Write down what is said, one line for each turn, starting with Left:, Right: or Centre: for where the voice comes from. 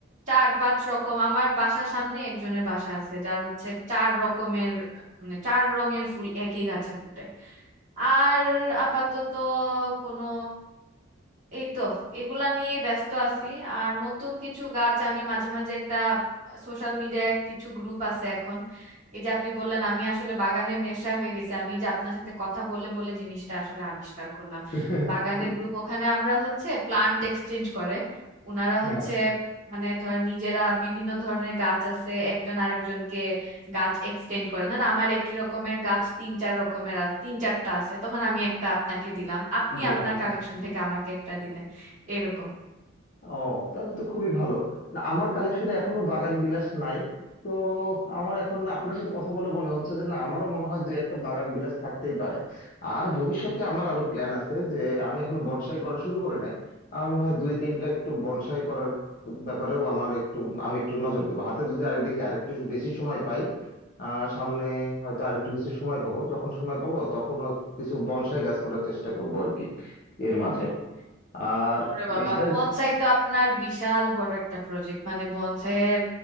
Right: চার পাঁচ রকম আমার বাসার সামনে একজনের বাসা আছে যার হচ্ছে চার রকমের মানে চার রঙের ফুল একই গাছে ফুটে আর আপাতত কোনো এই তো এগুলা নিয়ে ব্যস্ত আছি আর নতুন কিছু গাছ আমি মাঝে মাঝে একটা সোশ্যাল মিডিয়ায় কিছু গ্রুপ আছে এখন এই যে আপনি বললেন আমি আসলে বাগানের নেশা হয়ে গেছে আমি যে আপনার সাথে কথা বলে বলে জিনিসটা আসলে আবিষ্কার করলাম
Left: <laughs>
Right: বাগানের গ্রুপ ওখানে আমরা হচ্ছে প্লান্ট এক্সচেঞ্জ করে ওনারা
Left: হ্যাঁ
Right: হচ্ছে মানে ধরেন নিজেরা বিভিন্ন ধরনের গাছ আছে একজন আরেকজনকে গাছ এক্সটেন্ড করে ধরেন আমার একই রকমের গাছ তিন চার রকমের আ- তিন চারটা আছে তখন আমি একটা আপনাকে দিলাম আপনি
Left: দিলাম
Right: আপনার
Left: আছে
Right: কালেকশন থেকে আমাকে একটা দিলেন এরকম
Left: ও তাহলে তো খুবই ভালো না আমার কালেকশনে এখনো বাগান বিলাস নাই তো আমার এখন না আপনার সাথে কথা বলে মনে হচ্ছে যে না আমারও মনে হয় দু একটা বাগান বিলাস থাকতেই পারে আর ভবিষ্যতে আমার আরো প্ল্যান আছে যে আমি এখন বনসাই করা শুরু করি নাই আমার মনে হয় দুই তিনটা একটু বনসাই করার ব্যাপারেও আমার একটু আমি একটু নজর দেবো হাতে যদি আরেক দেখি আরেকটু বেশি সময় পাই আহ সামনে হয়তো আরেকটু কিছু সময় পাবো যখন সময় পাবো তখন কিছু বনসাই গাছ করার চেষ্টা করবো আর কি এর মাঝে আর
Right: ওরে বাবা
Left: এটা
Right: বনসাই তো আপনার বিশাল বড় একটা প্রজেক্ট মানে বনসাইয়ের